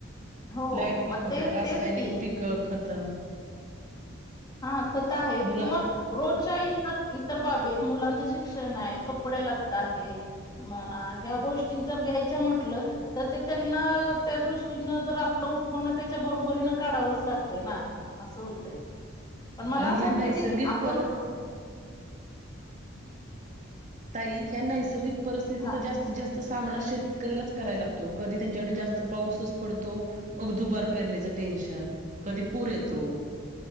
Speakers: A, on the left; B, on the right.
A: हो
B: लाईट बिल
A: मग
B: म्हणा
A: ते
B: रासायनिक
A: तेच की
B: पिक खत
A: हा खत आहेत.
B: मुला
A: किंवा रोजच्या इतर इतर बाबीेत मुलांच शिक्षण आहे. कपडे लत्ते आहे. म्हणा ह्या गोष्टी जर घ्यायच्या म्हटलं! तर ते त्यांना त्या दृष्टीनं जर आपलं उत्पन्न त्याच्या बरोबरीन काढावंच लागते. ना असं होतय. पण मला
B: आणि
A: असं
B: ह्या
A: वाटतं!
B: नैसर्गिक
A: की आपण
B: पर ताई ह्या नैसर्गिक परिस्थिती
A: हा
B: तर जास्तीत जास्त सामना शेतकऱ्यालाच करायला लागतो. कधी त्यांच्याकडे जास्त पाऊसच पडतो. मग दुबार पेरणीचं टेन्शन कधी पूर येतो.